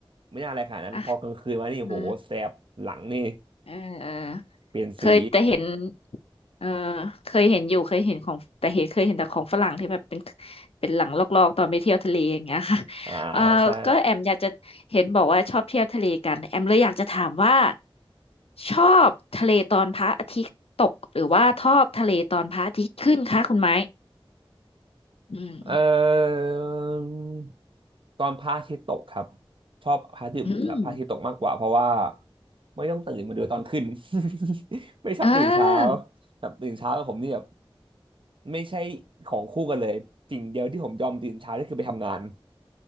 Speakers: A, on the right; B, on the left.
A: ไม่น่าอะไรขนาดนั้นพอกลางคืนมานี่โหแสบหลังนี่
B: อ่ะเออเออเออ
A: เปลี่ยนสี
B: เคยแต่เห็นเออเคยเห็นอยู่เคยเห็นของแต่เห็นเคยเห็นแต่ของฝรั่งที่แบบเป็นเป็นหลังลอกๆตอนไปเที่ยวทะเลอย่างเงี้ย <laughs> ค่ะ
A: อ่า
B: เออก็แอมอยากจะเห็นบอกว่าชอบเที่ยวทะเลกันแอมเลยอยากจะถามว่า
A: ใช่
B: ชอบทะเลตอนพระอาทิตย์ตกหรือว่าชอบทะเลตอนพระอาทิตย์ขึ้นคะคุณไม้อืม
A: เอ่อตอนพระอาทิตย์ตกครับชอบพระอาทิตย์พระอาทิตย์ตกมากกว่าเพราะว่า
B: อืม
A: ไม่ต้องตื่นมาดูตอนขึ้น <laughs> ไม่ชอบตื่นเช้า
B: อ่า
A: แบบตื่นเช้ากับผมนี่แบบไม่ใช่ของคู่กันเลยสิ่งเดียวที่ผมยอมตื่นเช้านี่คือไปทำงาน